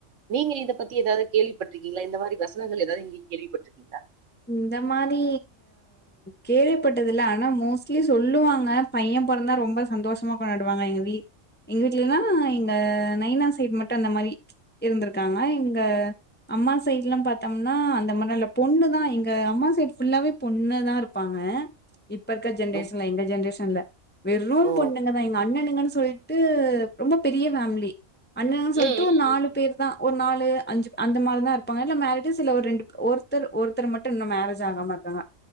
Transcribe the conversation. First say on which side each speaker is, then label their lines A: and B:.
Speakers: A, on the right (about 75°); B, on the left (about 15°).
A: நீங்க இத பத்தி ஏதாது கேள்விப்பட்ருக்கீங்களா இந்த மாதிரி வசனங்கள் ஏதாது நீங்க கேள்விப்பட்ருக்கீங்களா
B: இந்த மாரி கேள்விப்பட்டதுல ஆனா மோஸ்ட்லி சொல்லுவாங்க பையன் பொறந்தா ரொம்ப சந்தோஷமா கொண்டாடுவாங்க எங்க வீட்லாம் எங்க வீட்லன்னா எங்க நைனாஸ் சைடு மட்டு அந்த மாறி இருந்துருக்காங்க எங்க அம்மா சைட்லாம் பாத்தோம்னா அந்த மார் இல்ல பொண்ணு தா எங்க அம்மா சைடு் புஃபுல்லாவே பொண்ணு தா இருப்பாங்க இப்ப இருக்கற ஜென்ரேஷன்ல
A: ஓ
B: எங்க ஜென்ரேஷன்ல வெறும்
A: ஓ
B: பொண்ணுங்கதான் வெறும் பொண்ணுங்க தா எங்க அண்ணனுங்கன்னு சொல்லிட்டு ரொம்ப பெரிய ஃபேமிலி அண்ணனுன்னு சொல்ட்டு
A: ம் ம்
B: ஒரு
A: ம்
B: நாலு பேர் ஒரு நாலு அஞ்சு அந்த மார் தா இருப்பாங்க இல்ல மேரிடு ரெண்டு ஒருத்தர் ஒருத்தர் ஒருத்தரு மட்டு இன்னும் மேரேஜ் ஆகாம இருக்காங்க